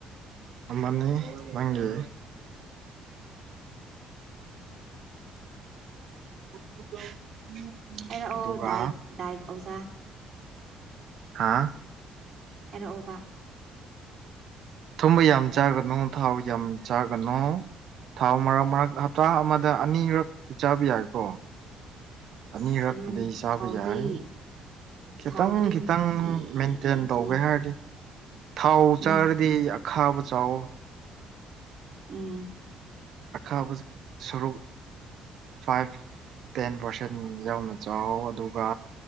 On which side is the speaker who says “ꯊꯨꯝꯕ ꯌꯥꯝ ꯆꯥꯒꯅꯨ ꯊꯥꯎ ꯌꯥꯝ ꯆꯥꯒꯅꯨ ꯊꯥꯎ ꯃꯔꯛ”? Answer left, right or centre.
Right